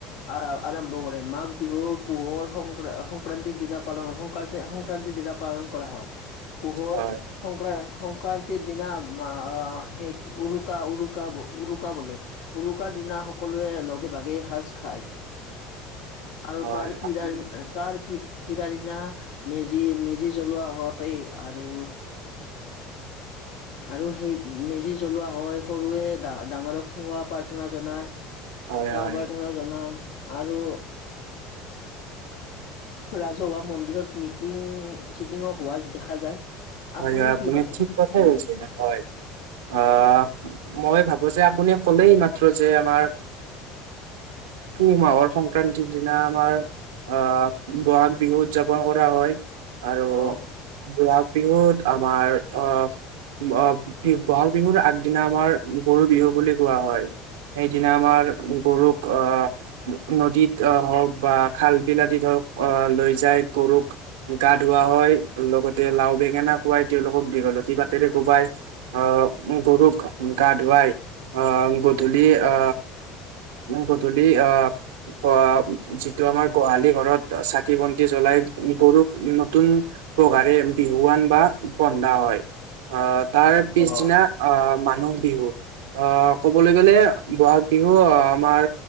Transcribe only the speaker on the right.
হয়
হয়
হয়
আপুনি
হয় হয়
হয়
হয়-হয় আপুনি
ঠিক কথাই
কৈছে
হয়। অ, মই ভাব যে আপুনি কলেই মাত্ৰ যে আমাৰ পুহ মাহৰ সংক্ৰান্তিৰ দিনা আমাৰ আ, বহাগ বিহু উদযাপন কৰা হয় আৰু
বহাগ বিহুত আমাৰ অ, আ, বি বহাগ বিহুৰ আগদিনা আমাৰ গৰু বিহু বুলি কোৱা হয়। সেইদিনা আমাৰ গৰুক আ, নদীত হওঁক বা খাল বিল আদিত হওঁক লৈ যায় গৰুক গা ধুওঁৱা হয় লগতে লাও বেঙেনা কোৱাই তেওঁলক দীঘলতি পাতেৰে কোৱাই আ, গৰুক গা ধুৱাই আহ গধূলি আ গধূলি আ, কুৱা, যিটো আমাৰ গোহালি ঘৰত চাকি বন্তি জ্বলাই গৰুক নতুন পঘাৰে বিহুৱান বা বন্ধা হয়। আ, তাৰ পিছদিনা
আ, মানুহ বিহু অ, ক'বলৈ গলে বহাগ বিহু অ, আমাৰ